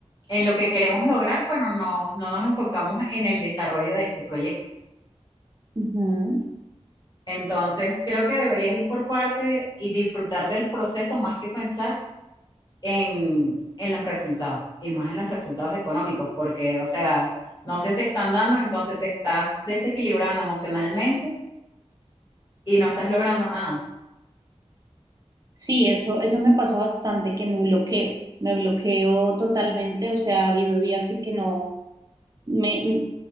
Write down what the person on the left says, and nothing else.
en lo que queremos lograr, pero no, no nos enfocamos en el desarrollo de este proyecto.
Entonces, creo que deberías ir por partes y disfrutar del proceso más que pensar en, en los resultados y más en los resultados económicos, porque, o sea, no se te están dando, entonces te estás desequilibrando emocionalmente y no estás logrando nada.